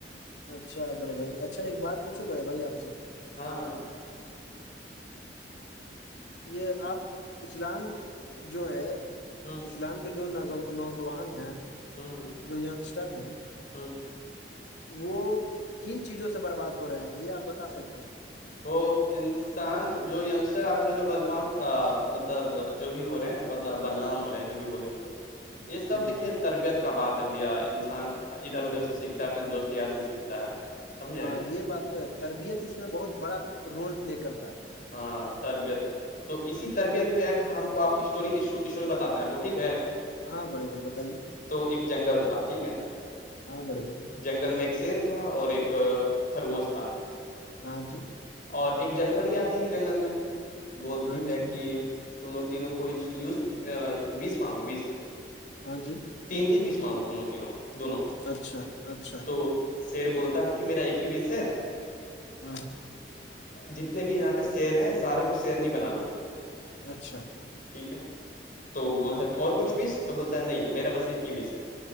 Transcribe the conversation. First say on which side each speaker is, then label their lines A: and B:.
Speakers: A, on the left (about 85°); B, on the left (about 50°).
A: اچھا بڑے بھائی اچھا ایک بات پوچھو بڑے بھائی آپ سے
B: ہاں ہاں
A: یہ آپ اسلام جو ہے
B: ہ
A: اسلام کے جو نوجوان ہیں
B: ہوں ہوں
A: جو ینگسٹر ہیں
B: ہوں
A: وہ کن چیزوں سے برباد ہو رہے ہیں یہ آپ بتا سکتے ہیں
B: وہ انسان جو ینگسٹر آج کل جو بدماش مطلب جو بھی ہو رہے ہیں بدلا بدنام ہو رہا ہے جو بھی بولے اس کو یہ سب
A: ہ
B: دیکھیے تربیت کا بات ہے بھیا انسان ادھر ادھر سے سیکھتا ہے اپنے دوست یار سے سیکھتا ہے سمجھے
A: ہاں یہ بات تو ہے تربیت اس میں بہت بڑا رول پلے کرتا ہے
B: ہاں تربیت تو اسی تربیت پہ ایک ہم کو آپ اسٹوری اسٹوری بتات ہیں آپ کو ٹھیک ہے
A: ہاں بڑے بھائی بتائیے
B: تو ایک جنگل تھا ٹھیک ہے
A: ہاں بڑے گ
B: جنگل میں ایک شیر تھا اور ایک خرگوش تھا
A: ہاں جی
B: اور ایک جل پری آتی ہے جنگل میں بولتی
A: ہاں
B: ہے
A: جی
B: کہ ت ت کوئی یوز وس مانگو وس
A: ہاں جی
B: تین تین بیس مارگو تم تینوں دونوں
A: اچھا اچھا
B: تو شیر بولتا ہے کہ میرا ایک ہی وس ہے
A: ہاں
B: جتنے بھی یہاں پہ سیر ہیں سارے کو سیرنی بنا دو
A: اچھا
B: ٹھیک ہے تو بولتا
A: ہاں
B: ہے کہ اور کچھ وس تو بولتا ہے نہیں میرا بس ایک ہی وس ہے